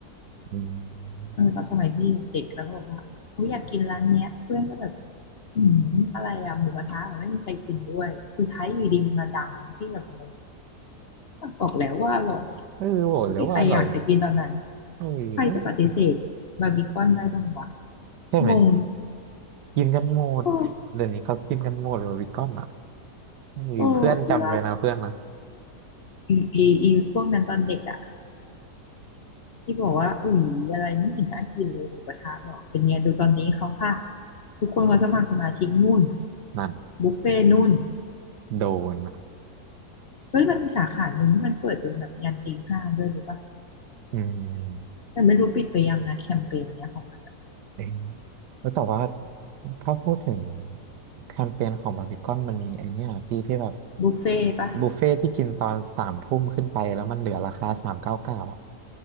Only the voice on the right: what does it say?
อืม
เออโหแล้วว่าอร่อย
เอ
อ ใช่ไหม
กินกันหมด
เดี๋ยวนี้เขากินกันหมดบาร์บีคอนอ่ะมีเพื่อนจำไว้นะเพื่อนนะ
นั่น
โดนนะ
อืม
เอ้ยแล้วแต่ว่าถ้าพูดถึงแคมเปญของบาร์บีคอนมันมีไอเนี้ยที่ที่แบบ
บุฟเฟ่ที่กินตอนสามทุ่มขึ้นไปแล้วมันเหลือราคาสามเก้าเก้าอ่ะ